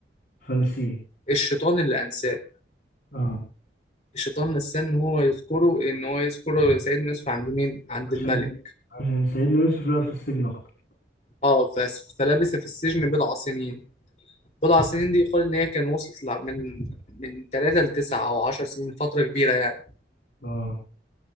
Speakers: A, on the left (about 65°); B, on the left (about 40°).
A: فنسيه
B: الشيطان اللي انساه
A: اه
B: الشيطان نساه ان هو يذكره ان هو يذكره سيدنا يوسف عند مين عند
A: عشان
B: الملك
A: عشان سيدنا يوسف يقعد في السجن أكتر
B: اه ف... فلبث في السجن بضع سنين بضع سنين دي يقال ان هي كان وصلت لع- من من 3 ل 9 او 10 سنين فترة كبيرة يعني
A: اه